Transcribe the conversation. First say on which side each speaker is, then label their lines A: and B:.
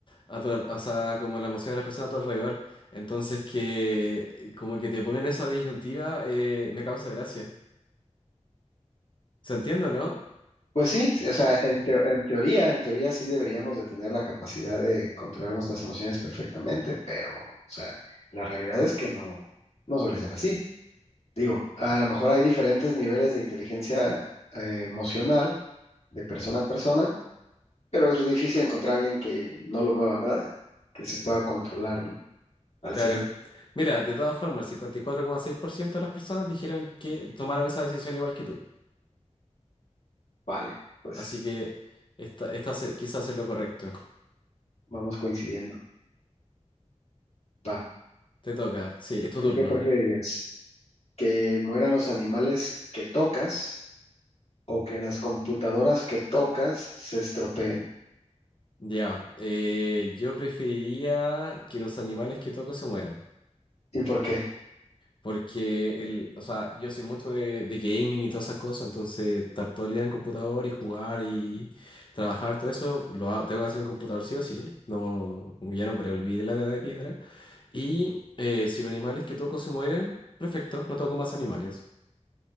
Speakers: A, on the left; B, on the left.
A: a tu al- o sea, como la emoción de las personas a tu alrededor. Entonces, que eh, como que te ponen esa disyuntiva, eh, me causa gracia. ¿Se entiende, o no?
B: Pues sí, o sea, en, teo- en teoría, en teoría sí deberíamos de tener la capacidad de controlar nuestras emociones perfectamente, pero, o sea, la realidad es que no, no suele ser así. Digo, a lo mejor hay diferentes niveles de inteligencia eh, emocional de persona a persona, pero es difícil encontrar a alguien que no lo mueva nada, que se pueda controlar, ¿no? Al
A: Claro.
B: cien,
A: Mira, de todas formas, el cincuenta y cuatro coma seis por ciento de las personas dijeron que tomaron esa decisión igual que tú.
B: Vale, pues
A: Así que esta, esta se- quizás es lo correcto.
B: vamos coincidiendo. Va.
A: Te toca. Sí, es tu
B: ¿Tú
A: turno.
B: qué preferirías? ¿Que mueran los animales que tocas o que las computadoras que tocas se estropeen?
A: Ya. Eh, yo preferiría que los animales que toco se mueran.
B: ¿Y por qué?
A: Porque el, o sea, yo soy mucho de, de gaming y todas esas cosas, entonces estar todo el día en el computador y jugar y trabajar, todo eso lo ha- tengo que hacer en computador sí o sí, no, como ya no podré olvidar la edad de piedra. Y eh, si los animales que toco se mueren, perfecto, no toco más animales.